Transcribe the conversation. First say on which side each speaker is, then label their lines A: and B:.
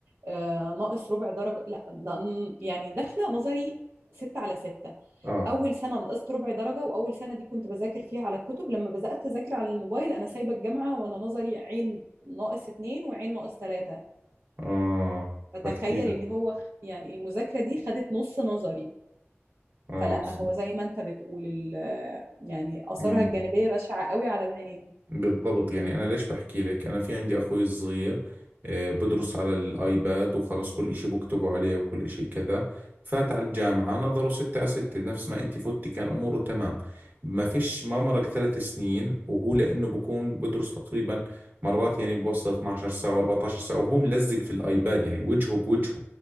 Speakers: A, on the right; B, on the right.
A: آه، ناقص ربع درجة لا ده ن- يعني داخلة نظري ستة على ستة
B: آه
A: أول سنة نقصت ربع درجة وأول سنة دي كنت بذاكر فيها على الكتب لما بدأت أذاكر على الموبايل أنا سايبة الجامعة وأنا نظري عين ناقص اتنين وعين ناقص تلاتة
B: آه
A: فتخيل
B: فكتير
A: اللي هو خ- يعني المذاكرة دي خدت نص نظري
B: آه
A: فلا
B: ص-
A: هو زي ما انت بتقول ال- يعني آثارها
B: مم.
A: الجانبية بشعة قوي على العينين
B: بالضبط يعني أنا ليش بحكي لك أنا في عندي أخوي الصغير آه، بدرس على الآيباد وخلص كل إشي بكتبه عليه وكل إشي كذا فات على الجامعة نظره ستة على ستة نفس ما أنت فتي كان أموره تمام ما فيش ما مرق ثلاث سنين وهو لأنه بكون بدرس تقريبا مرات يعني بوصل 12 ساعة و14 ساعة وهو ملزق في الآيباد يعني وجهه بوجهه